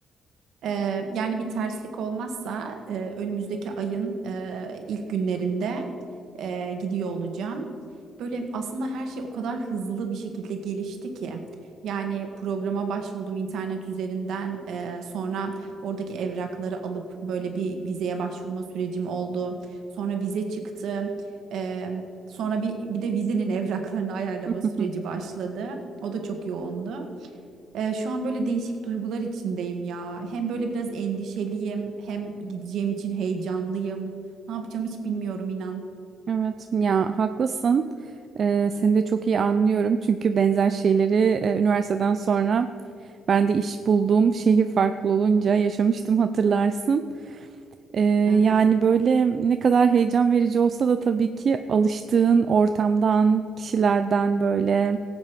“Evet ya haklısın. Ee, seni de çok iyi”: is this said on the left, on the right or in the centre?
Right